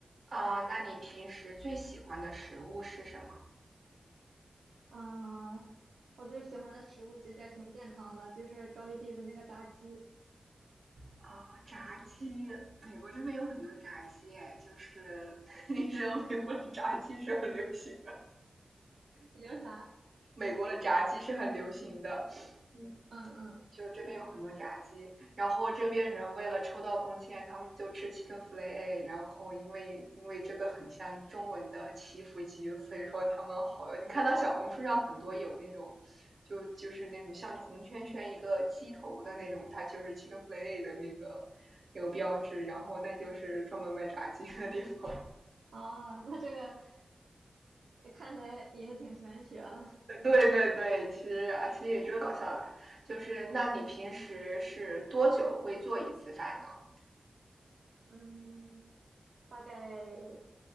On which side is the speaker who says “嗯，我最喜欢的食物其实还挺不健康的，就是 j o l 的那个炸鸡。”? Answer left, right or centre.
Right